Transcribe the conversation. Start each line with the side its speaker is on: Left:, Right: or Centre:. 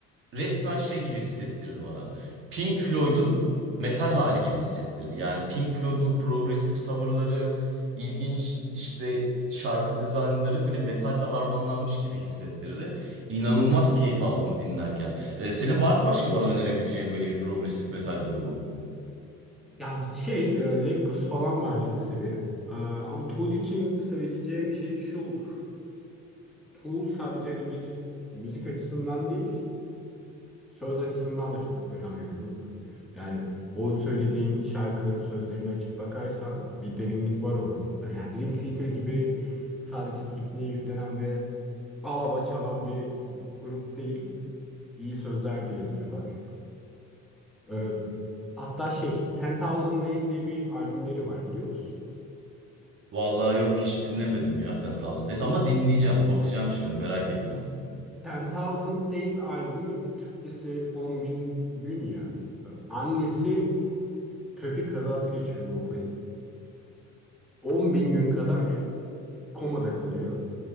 Right: resmen şey gibi hissettirdi bana. Pink Floyd'un metal hali gibi hissettirdi. Yani Pink Floyd'un o progresif tavırları, ilginç işte şarkı dizaynları böyle metalle harmanlanmış gibi hissettirdi. İnanılmaz keyif aldım dinlerken. Ee, senin var mı başka bana önerebileceğin böyle bir progresif metal grubu?
Centre: Yani şey, e, Lepus falan ben çok severim. Ee, ama Tool için söyleyeceğim şey şu olur. Tool sadece hani bir müzik açısından değil, Söz açısından da çok önemli bir grup. Yani o söylediğin şarkıların sözlerini açıp bakarsan bir derinlik var orada. Yani Dream Theater gibi sadece tekniğe yüklenen ve alaba çalan bir grup değil. İyi sözler de yazıyorlar. Ee, hatta şey, Ten Thousand Days diye bir albümleri var biliyor musun?
Right: Vallahi yok hiç dinlemedim ya Ten Thousand Days ama dinleyeceğim. Bakacağım şimdi merak ettim.
Centre: Ten Thousand Days albümü Türkçesi 10 bin gün ya. Ee, Annesi trafik kazası geçiriyor vokalin. 10 bin gün kadar komada kalıyor